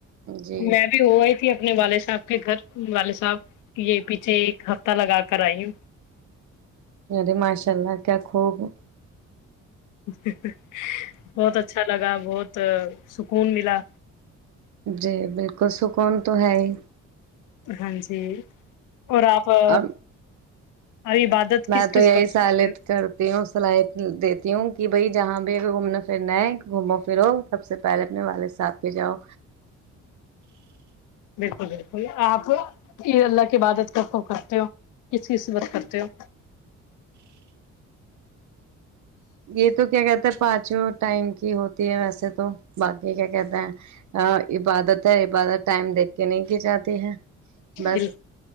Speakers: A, on the right; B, on the left.
A: جی
B: میں بھی ہو ہی تھی اپنے والے سے آپ کے گھر والد صاحب یہ پیچھے ایک ہفتہ لگا کر آئی ہوں
A: اے ماشاء اللہ کیا <unintelligible> خوب <unintelligible>
B: اچ <unintelligible> بہت اچھا لگا بہت بہت سکون ملا
A: جی بالکل سکون تو ہے ہی
B: ہاں جی <unintelligible> اور آپ <unintelligible>
A: اب
B: عبادت کس
A: میں
B: کس
A: تو یہی
B: وقت
A: سالت
B: کرتے
A: کرتی ہوں صلاحیت دیتی ہوں کہ بھائی جہاں بھی گھومنا پھرنا ہے گھومو پھرو سب سے پہلے اپنے والد صاحھ پ جاؤ
B: بالکل بالکل آپ اللہ کی عبادت خ کرتے ہو کس کس وقت کرتے ہو
A: یہ تو کیا کہتا <unintelligible> پانچو ٹائم کی ہوتی ہے ویسے تو باقی کیا کہتے ہیں عبادت ہے عبادت ٹائم دیکھ کے نہیں کی جاتی ہے بس
B: بالکل